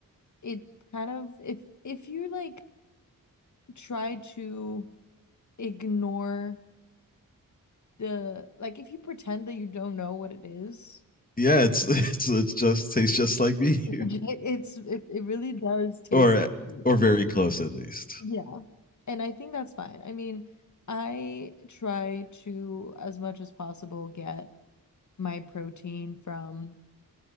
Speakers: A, on the left; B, on the left.
A: it kind of if if you like try to ignore the like if you pretend that you don't know what it is,
B: yeah, it's <laughs> it's it just tastes just like me.
A: <laughs> it,
B: <laughs>
A: it's it, it really does taste
B: or
A: like meat.
B: or very close at least.
A: Yeah. And I think that's fine. I mean, I try to as much as possible get my protein from